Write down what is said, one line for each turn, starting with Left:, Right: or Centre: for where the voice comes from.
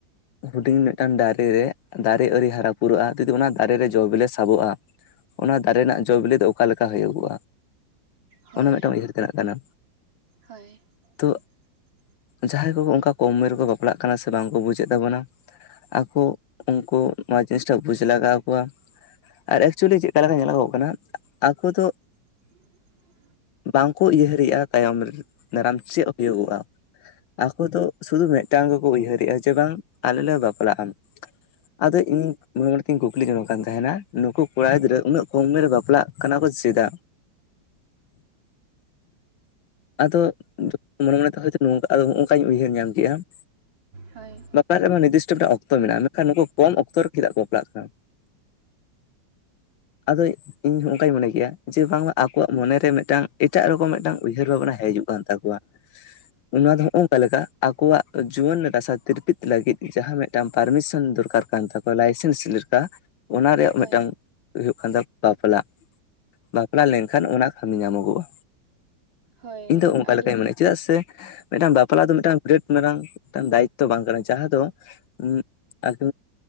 Left: ᱦᱩᱰᱤᱧ ᱧᱚᱜ ᱢᱤᱫᱴᱟᱝ ᱫᱟᱨᱮ ᱨᱮ ᱫᱟᱨᱮ ᱟᱹᱣᱨᱤ ᱦᱟᱨᱟ ᱯᱩᱨᱟᱹᱜᱼᱟ ᱡᱩᱫᱤ ᱚᱱᱟ ᱫᱟᱨᱮ ᱨᱮ ᱡᱚ ᱵᱮᱞᱮ ᱥᱟᱵᱚᱜᱼᱟ᱾ ᱚᱱᱟ ᱫᱟᱨᱮ ᱨᱮᱱᱟᱜ ᱡᱚ ᱵᱤᱞᱤ ᱫᱚ ᱚᱠᱟᱞᱮᱠᱟ ᱦᱩᱭᱩᱜᱚᱜᱼᱟ
Right: ᱦᱳᱭ
Left: ᱚᱱᱟ ᱢᱤᱫᱴᱟᱝ ᱩᱭᱦᱟᱹᱨ ᱛᱮᱱᱟᱜ ᱠᱟᱱᱟ᱾
Right: ᱦᱳᱭ <inaudible>
Left: ᱛᱚ ᱡᱟᱦᱟᱸᱭ ᱠᱚ ᱚᱱᱠᱟ ᱠᱚᱢ ᱩᱢᱮᱨ ᱨᱮᱠᱚ ᱵᱟᱯᱞᱟᱜ ᱠᱟᱱᱟ ᱥᱮ ᱵᱟᱝᱠᱚ ᱵᱩᱡᱮᱫ ᱛᱟᱵᱚᱱᱟ᱾ ᱟᱠᱚ ᱩᱱᱠᱩ ᱱᱚᱣᱟ ᱡᱤᱱᱤᱥ ᱴᱟᱜ ᱵᱩᱡᱽ ᱞᱮᱟᱜᱟᱣ ᱟᱠᱚᱣᱟ ᱟᱨ ᱮᱠᱪᱩᱭᱮᱞᱤ ᱪᱮᱫᱠᱟ ᱞᱮᱠᱟ ᱧᱮᱞᱚᱜᱚᱜ ᱠᱟᱱᱟ ᱟᱠᱚ ᱫᱚ
Right: <inaudible>
Left: ᱵᱟᱝ ᱠᱚ ᱩᱭᱦᱟᱹᱨᱮᱜᱼᱟ, ᱛᱟᱭᱚᱢ ᱫᱟᱨᱟᱢ ᱪᱮᱫ ᱦᱩᱭᱩᱜᱼᱟ? ᱟᱠᱚ ᱫᱚ ᱥᱩᱫᱷᱩ ᱢᱤᱫᱴᱟᱝ ᱜᱮᱠᱚ ᱩᱭᱦᱟᱹᱨᱮᱜᱼᱟ ᱡᱮ ᱵᱟᱝ ᱟᱞᱮ ᱞᱮ ᱵᱟᱯᱞᱟᱜᱼᱟ? ᱟᱫᱚ ᱤᱧ ᱢᱟᱢᱮ‌ ᱢᱟᱢᱮ ᱛᱤᱧ ᱠᱩᱠᱞᱤ ᱡᱚᱸᱧᱚᱜ ᱠᱟᱱ ᱛᱟᱦᱮᱱᱟ ᱱᱩᱠᱩ ᱠᱚᱲᱟ ᱜᱤᱫᱽᱨᱟᱹ ᱩᱱᱟᱹᱜ ᱠᱚᱢᱮᱨ ᱨᱮ ᱵᱟᱯᱞᱟᱜ ᱠᱟᱱᱟ ᱠᱚ ᱪᱮᱫᱟ᱾ ᱟᱫᱚ ᱢᱚᱱᱮ ᱢᱚᱱᱮᱛᱮ ᱦᱚᱭ ᱛᱚᱫᱚ ᱦᱚᱸ ᱱᱚᱝᱠᱟᱧ ᱩᱭᱦᱟᱹᱨ ᱧᱟᱢ ᱠᱮᱫᱮᱜᱼᱟ᱾ <inaudible>
Right: ᱦᱳᱭ
Left: ᱵᱟᱯᱞᱟᱜ ᱨᱮᱢᱟ ᱱᱤᱨᱫᱤᱥᱴ ᱢᱤᱫᱴᱮᱱ ᱚᱠᱛᱚ ᱢᱮᱱᱟᱜᱼᱟ ᱢᱮᱱᱠᱷᱟᱱ ᱱᱩᱠᱩ ᱠᱚᱢ ᱚᱠᱛᱚ ᱨᱮ ᱪᱮᱫᱟᱜ ᱠᱚ ᱵᱟᱯᱞᱟᱜ ᱠᱟᱱᱟ᱾ ᱟᱫᱚ ᱤᱧ ᱦᱚᱸ ᱚᱱᱠᱟᱧ ᱢᱚᱱᱮ ᱠᱮᱭᱟ ᱡᱮ ᱵᱟᱝᱢᱟ ᱟᱠᱚᱣᱟᱜ ᱢᱚᱱᱮᱨᱮ ᱢᱤᱫᱴᱟᱝ ᱮᱴᱟᱜ ᱨᱚᱠᱚᱢ ᱢᱤᱫᱴᱟᱝ ᱩᱭᱦᱟᱹᱨ ᱵᱷᱟᱵᱽᱱᱟ ᱦᱤᱡᱩᱜ ᱠᱟᱱ ᱛᱟᱠᱚᱣᱟ ᱚᱱᱟ ᱫᱚ ᱦᱚᱸᱜ ᱚᱝᱠᱟ ᱞᱮᱠᱟ ᱟᱠᱚᱣᱟᱜ ᱡᱩᱣᱟᱹᱱ ᱨᱟᱥᱟ ᱛᱤᱨᱯᱤᱫ ᱞᱟᱹᱜᱤᱫ ᱡᱟᱦᱟᱸ ᱢᱤᱫ ᱢᱤᱫᱴᱟᱝ ᱯᱟᱨᱢᱤᱥᱚᱱ ᱫᱚᱨᱠᱟᱨ ᱠᱟᱱ ᱛᱟᱠᱚᱣᱟ ᱞᱟᱭᱥᱮᱱᱥ ᱞᱮᱠᱟ ᱚᱱᱟ ᱨᱮᱭᱟᱜ
Right: ᱦᱳᱭ
Left: ᱢᱤᱫᱴᱟᱝ ᱦᱩᱭᱩᱜᱳᱭᱳ ᱠᱟᱱ ᱵᱟᱯᱞᱟᱜ ᱵᱟᱯᱞᱟ ᱞᱮᱱᱠᱷᱟᱱ ᱚᱱᱟ ᱠᱟᱹᱢᱤ ᱧᱟᱢᱚᱜᱚᱜ-ᱟ
Right: ᱦᱳᱭ
Left: ᱤᱧ ᱫᱚ ᱚᱱᱠᱟ
Right: ᱟᱹᱰᱤ
Left: ᱞᱮᱠᱟᱧ ᱢᱚᱱᱮᱭᱟ ᱪᱮᱫᱟᱜ ᱥᱮ ᱢᱤᱫᱴᱟᱝ ᱵᱟᱯᱞᱟ ᱫᱚ ᱢᱤᱫᱴᱟᱝ ᱵᱤᱨᱟᱹᱴ ᱢᱟᱨᱟᱝ ᱢᱤᱫᱟᱝ ᱫᱟᱭᱤᱛᱛᱚ ᱵᱟᱝ ᱠᱟᱱᱟ ᱡᱟᱦᱟᱸ ᱫᱚ ᱦ ᱟᱨᱠᱷ